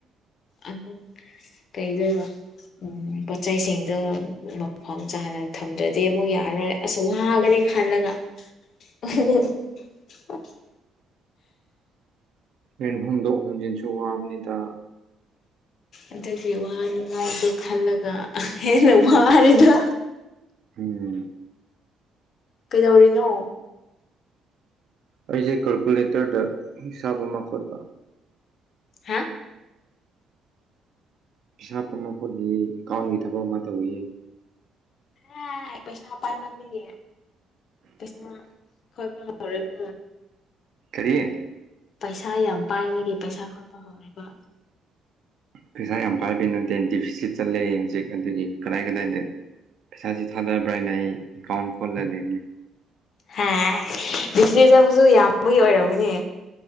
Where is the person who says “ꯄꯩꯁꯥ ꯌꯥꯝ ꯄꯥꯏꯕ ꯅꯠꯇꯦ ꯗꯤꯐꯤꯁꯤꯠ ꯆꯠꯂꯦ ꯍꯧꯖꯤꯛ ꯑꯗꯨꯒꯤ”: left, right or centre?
Right